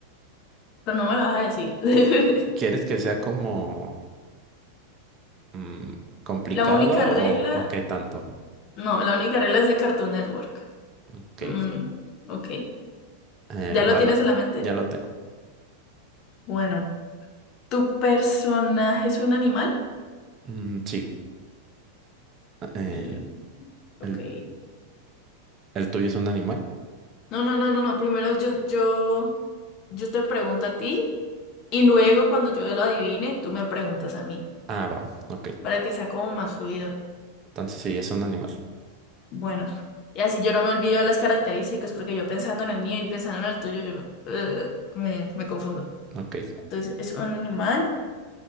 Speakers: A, on the left (about 45°); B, on the right (about 35°).
A: Pero no me lo vas a decir. <laughs>
B: ¿Quieres que sea como... Mm, ¿complicado
A: La única
B: o,
A: regla.
B: o qué tanto?
A: No, la única regla es de Cartoon Network.
B: Ok.
A: Mm, ok.
B: Eh,
A: ¿Ya lo
B: bueno,
A: tienes en la mente?
B: ya lo tengo.
A: Bueno, ¿tu personaje es un animal?
B: Mm, sí. eh,
A: Y. Ok.
B: el, ¿el tuyo es un animal?
A: No, no, no, no, no. Primero yo, yo, yo te pregunto a ti y luego cuando yo lo adivine, tú me preguntas a mí
B: Ah, va. Ok.
A: para que sea como más fluido.
B: Entonces sí, es un animal.
A: Bueno, y así yo no me olvido de las características porque yo pensando en el mío y pensando en el tuyo, yo eh, me, me confundo.
B: Ok.
A: Entonces, es un animal.